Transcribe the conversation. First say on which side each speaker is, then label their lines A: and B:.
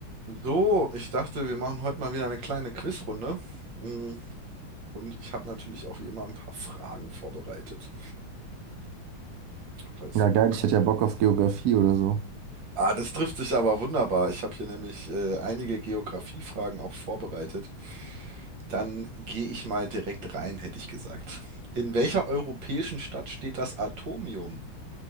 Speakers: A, on the right; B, on the right.
A: So, ich dachte, wir machen heute mal wieder eine kleine Quizrunde. Mm, Und ich habe natürlich auch wie immer ein paar Fragen vorbereitet, falls
B: Ja,
A: du Bock
B: geil, ich
A: hast.
B: hätte ja Bock auf Geografie oder so.
A: Ah, das trifft sich aber wunderbar. Ich habe hier nämlich äh, einige Geografiefragen auch vorbereitet. Dann gehe ich mal direkt rein, hätte ich gesagt. In welcher europäischen Stadt steht das Atomium?